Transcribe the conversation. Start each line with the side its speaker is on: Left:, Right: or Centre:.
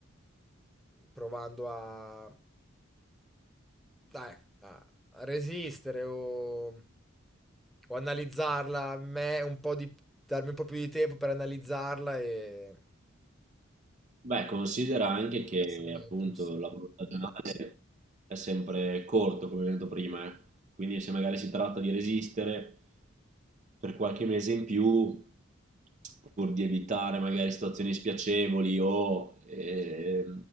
Centre: provando a dai, a a resistere o, o analizzarla a me un po' di, darmi un po' più di tempo per analizzarla e
Right: beh, considera anche che
Centre: essere meno
Right: appunto
Centre: impulsivo.
Right: il lavoro stagionale è sempre corto, come abbiamo detto prima, eh. Quindi se magari si tratta di resistere per qualche mese in più, pur di evitare magari situazioni spiacevoli o eh,